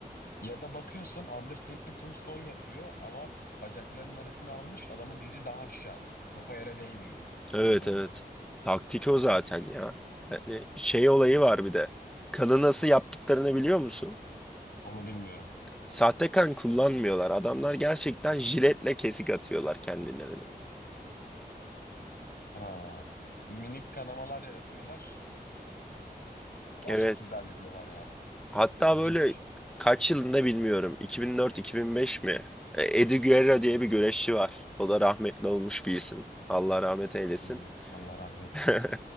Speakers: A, on the left (about 70°); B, in the centre.
A: Ya da bakıyorsun Undertaker tombstone yapıyor ama bacaklarının arasına almış adamın dili daha aşağıda. Kafa yere değmiyor
B: Evet
A: vurduğunda.
B: evet. Taktik o zaten ya. Hani şey olayı var bir de. Kanı nasıl yaptıklarını biliyor musun?
A: Onu bilmiyorum.
B: Sahte kan kullanmıyorlar. Adamlar gerçekten jiletle kesik atıyorlar kendilerini.
A: Aa, minik kanamalar yaratıyorlar. O
B: Evet.
A: şekilde hallediyorlar yani.
B: Hatta
A: İlginç.
B: böyle kaç yılında bilmiyorum. 2004-2005 mi? E, Eddie Guerrero diye bir güreşçi var. O da rahmetli olmuş bir isim. Allah rahmet eylesin.
A: Hmm, Allah rahmet eylesin.
B: <laughs>